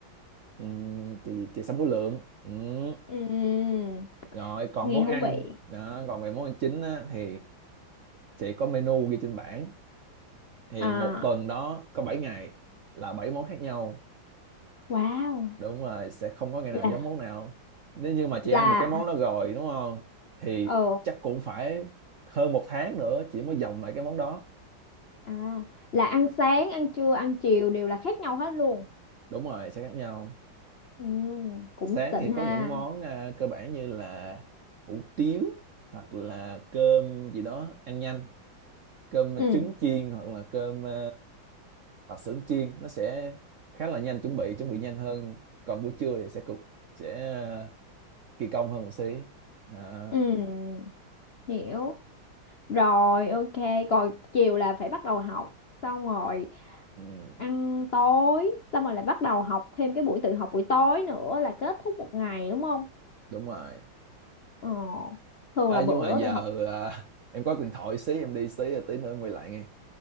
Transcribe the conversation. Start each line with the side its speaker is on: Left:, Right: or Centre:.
Right: um, chè, gì? chè sâm vú lượng Ừm.
Left: ừ
Right: rồi còn
Left: nghe
Right: món ăn
Left: thú vị
Right: đó còn về món ăn chính á, thì sẽ có menu ghi trên bảng thì
Left: à
Right: một tuần đó có 7 ngày là 7 món khác nhau
Left: wow
Right: đúng rồi sẽ không có ngày nào
Left: là
Right: giống món nào nếu như mà
Left: là
Right: chị ăn một cái món đó rồi đúng không thì
Left: ồ
Right: chắc cũng phải hơn một tháng nữa chị mới dòng lại cái món đó
Left: à là ăn sáng ăn trưa ăn chiều đều là khác nhau hết luôn
Right: đúng rồi sẽ khác nhau
Left: ừ cũng
Right: sáng
Left: xịn
Right: thì có
Left: ha
Right: những món à, cơ bản như là hủ tiếu hoặc là cơm gì đó ăn nhanh cơm
Left: ừ
Right: trứng chiên hoặc là cơm à, ở xưởng chiên nó sẽ khá là nhanh chuẩn bị chuẩn bị nhanh hơn còn buổi trưa thì sẽ cục sẽ ờ, kỳ công hơn một xí đó.
Left: ừ hiểu Rồi ok, rồi chiều là phải bắt đầu học, xong rồi
Right: Ừ,
Left: ăn tối, xong rồi lại bắt đầu học thêm cái buổi tự học buổi tối nữa là kết thúc một ngày đúng không?
Right: đúng rồi
Left: Ờ, thường
Right: à,
Left: là
Right: nhưng
Left: bữa
Right: mà giờ
Left: tự học.
Right: à, <laughs> em có điện thoại xí em đi xí rồi tí nữa em quay lại nghe